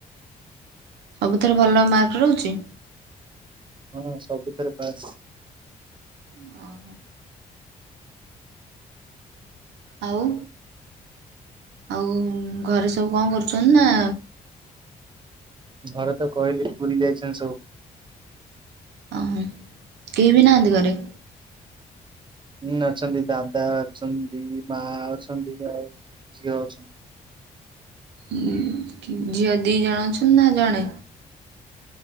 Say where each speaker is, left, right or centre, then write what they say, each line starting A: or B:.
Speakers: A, on the right (about 80°); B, on the right (about 25°).
A: ସବୁଥିରେ ଭଲ ମାର୍କ ରହୁଛି।
B: ହଁ ସବୁଥିରେ ପାସ୍।
A: ଓହୋ, ଆଉ ଆଉ ଘରେ ସବୁ କଁ କରୁଛନ୍ତି ନା
B: ଘରେ ତ କହିଲି ପୁରୀ ଯାଇଛନ୍ତି ସବୁ।
A: ଅ ହୋ କେହି ବି ନାହାନ୍ତି ଘରେ?
B: ହୁଁ ଅଛନ୍ତି ଦାଦା ଅଛନ୍ତି ମା ଅଛନ୍ତି ଆଉ ଝିଅ ଅଛନ୍ତି।
A: ହୁଁ ଝିଅ ଦି ଜଣ ଅଛନ୍ତି ନା ଜଣେ?